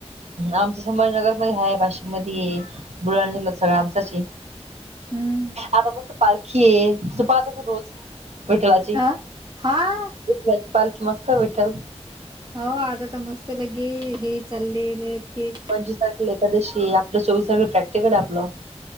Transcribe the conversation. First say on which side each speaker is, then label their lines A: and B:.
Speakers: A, on the right; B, on the right.
A: आमच संभाजीनगर मध्ये हाय वाशिम मध्ये ये बुढ सगळं आमचाच
B: हम्म
A: आता मस्त पालखी आहे त पाहत अस रोज विठ्ठलाची.
B: अ हा.
A: विठलची पारख मस्त विठल.
B: हो आता तर मस्त लगे हे चाललेले ते.
A: पंचवीस तारखेल एकादशी आहे आपलं चोवीस तारखे प्रॅक्टिकल आहे आपलं.